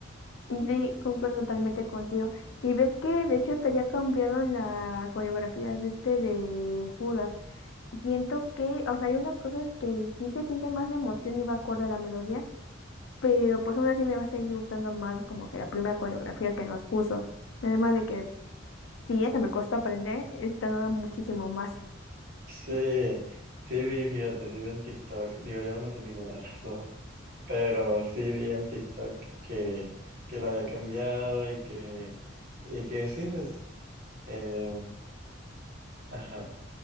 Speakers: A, on the left; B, on the right.
A: Sí, concuerdo totalmente contigo. Y ves que de hecho hasta ya cambiaron la coreografía de este de Judas. Siento que, o sea, hay unas cosas que sí se siente más la emoción y va acorde a la melodía, pero pues aún así me va a seguir gustando más como que la primera coreografía que nos puso. Además de que si esa me costó aprender, esta nueva muchísimo más.
B: Sí, sí vi, fíjate, sí vi en TikTok, digo, yo no me sé ninguna de las dos, pero sí vi en TikTok que, que la había cambiado y que, y que sí, pues, eh, ajá,